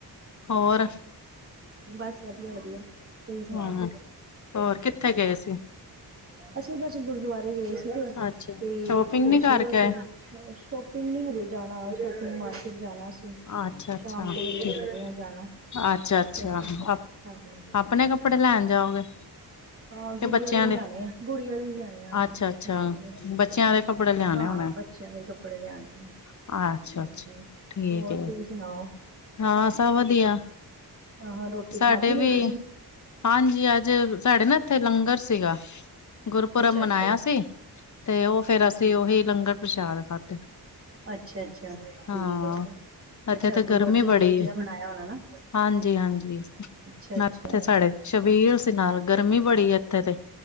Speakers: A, on the left; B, on the right.
A: ਹੋਰ
B: ਬਸ ਵਧੀਆ ਵਧੀਆ ਤੁਸੀਂ
A: ਹਮ
B: ਸੁਣਾਓ?
A: ਹੋਰ ਕਿੱਥੇ ਗਏ ਸੀ
B: ਅਸੀਂ ਬਸ ਗੁਰਦੁਆਰੇ ਗਏ ਸੀ।
A: ਅੱਛਾ
B: ਤੇ
A: ਸ਼ੋਪਿੰਗ
B: ਇੱਕ ਹੋਰ
A: ਨੀ
B: ਸੀਗਾ
A: ਕਰਕੇ
B: ਫਿਰ
A: ਆਏ
B: ਸ਼ੋਪਿੰਗ ਨੀ ਹਜੇ ਜਾਣਾ, ਸ਼ੋਪਿੰਗ ਮਾਲ ਜਾਣਾ
A: ਅੱਛਾ ਅੱਛਾ
B: ਸ਼ਾਮ ਕੋ ਵੇਲੇ
A: ਠੀਕ
B: ਦੇਖਦੇ ਹ ਜਾਣਾ
A: ਅੱਛਾ ਅੱਛਾ
B: ਸ਼ੋਪਿੰਗ
A: ਆਪ-
B: ਹਾਂਜੀ
A: ਆਪਣੇ ਕੱਪੜੇ ਲੈਣ ਜਾਓਗੇ
B: ਹਾਂ।
A: ਕਿ
B: ਗੁੜੀਆਂ
A: ਬੱਚਿਆਂ
B: ਦੇ ਲਿਆਣੇ ਆ ਗੁੜੀਆਂ ਦੇ ਲਿਆਣੇ ਆ
A: ਅੱਛਾ ਅੱਛਾ
B: ਬੱਚਿਆ ਦੇ
A: ਬੱਚਿਆਂ ਦੇ ਕੱਪੜੇ ਲਿਆਣੇ
B: ਹਾਂ
A: ਹੋਣੇ
B: ਬੱਚਿਆਂ ਦੇ ਕੱਪੜੇ ਲਿਆਣੇ ਆ
A: ਅੱਛਾ
B: ਹਾਂਜੀ।
A: ਅੱਛਾ ਠੀਕ
B: ਹੋਰ
A: ਹੈ
B: ਤੁਸੀਂ ਸੁਣਾਓ! ਹ <unintelligible>
A: ਹਾਂ ਸਭ ਵਧੀਆ।
B: ਹਾਂ ਹਾਂ ਰੋਟੀ ਖਾ
A: ਸਾਡੇ
B: ਪੀ
A: ਵੀ
B: ਲਈ ਤੁਸੀਂ
A: ਹਾਂਜੀ ਅੱਜ ਸਾਡੇ ਨਾ ਇੱਥੇ ਲੰਗਰ ਸੀਗਾ ਗੁਰਪੁਰਬ
B: ਅੱਛਾ
A: ਮਨਾਇਆ
B: ਅੱਛਾ।
A: ਸੀ ਤੇ ਉਹ ਫਿਰ ਅਸੀਂ ਉਹੀ ਲੰਗਰ ਪ੍ਰਸ਼ਾਦ ਖਾਧੇ
B: ਅੱਛਾ ਅੱਛਾ ਠੀਕ
A: ਹਾਂ
B: ਹੈ ਤੇ
A: ਇੱਥੇ
B: ਅੱਛਾ
A: ਤਾਂ
B: ਗੁਰੂ
A: ਗਰਮੀ
B: ਅਰਜਨ
A: ਬੜੀ
B: ਦੇਵ ਜੀ
A: ਹੈ
B: ਦਾ ਮਨਾਇਆ ਹੋਣਾ ਨਾ
A: ਹਾਂਜੀ ਹਾਂਜੀ
B: ਅੱਛਾ ਅੱਛਾ
A: ਨਾਲ ਇੱਥੇ ਸਾਡੇ ਸ਼ਬੀਲ ਸੀ ਨਾਲ ਗਰਮੀ ਬੜੀ ਇੱਥੇ ਤੇ